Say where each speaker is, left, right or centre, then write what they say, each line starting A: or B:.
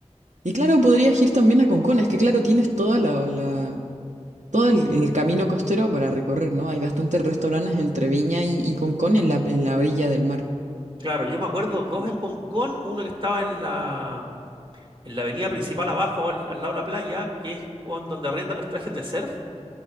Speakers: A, on the right; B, on the right.
A: Y claro,
B: sí.
A: podrías ir también a Concón, es que claro, tienes toda la, la- todo el, el camino costero para recorrer, ¿no? Hay bastantes restaurantes entre Viña y, y Concón en la, en la orilla del mar.
B: Claro, yo me acuerdo
A: Ujú.
B: dos en Concón, uno que estaba en la, en la avenida principal abajo, al, al lado de la playa, que es on- donde arrendan los trajes de surf.